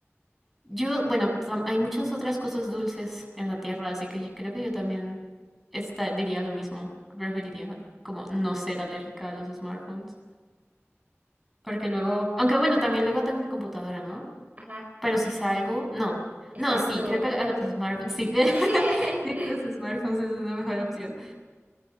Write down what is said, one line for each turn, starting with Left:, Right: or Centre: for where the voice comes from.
Centre: Yo, bueno, tam- hay muchas otras cosas dulces en la tierra, así que yo creo que yo también esta- diría lo mismo. Preferiría como no ser alérgica a los smartphones. Porque luego, aunque bueno, también luego tengo mi computadora, ¿no?
Right: Ajá,
Centre: Pero si salgo, no.
Right: exacto.
Centre: No, sí, creo que a los smartphones, sí. <laughs>
Right: <laughs>
Centre: Creo que los smartphones es una mejor opción.